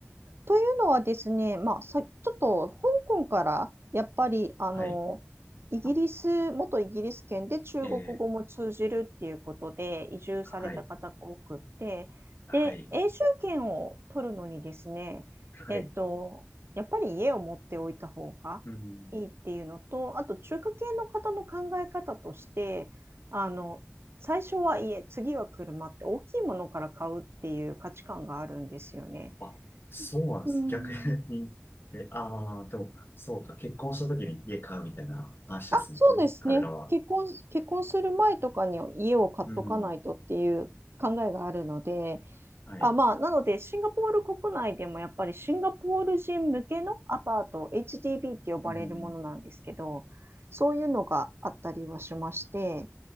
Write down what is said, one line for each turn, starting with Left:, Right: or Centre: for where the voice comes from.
Right: というのはですね、まあ、さ、ちょっと香港からやっぱりあのイギリス、
Left: はい。あ
Right: 元イギリス圏で中国語も通じるっていうことで移住された方が多くって、
Left: えー、はい。はい。
Right: で、永住権を取るのにですね、
Left: はい。
Right: えっと、やっぱり家を持っておいた方がいいっていうのと、
Left: うん。
Right: あと中華系の方の考え方として、あの、最初は家、次は車って大きいものから買うっていう価値観があるんですよね。
Left: あ、そうなんです。
Right: うん
Left: 逆に。え、ああ、でも、そうか。結婚した時に家買うみたいな話ですもんね。
Right: あ、そうですね。
Left: 彼らは。
Right: 結婚、結婚する前とかに家を買っとかないとっていう考えがあるので、
Left: うん。はい。
Right: あ、まあ、なので、シンガポール国内でもやっぱりシンガポール人向けのアパート、HDB って呼ばれるものなんですけど、
Left: うん。
Right: そういうのがあったりはしまして、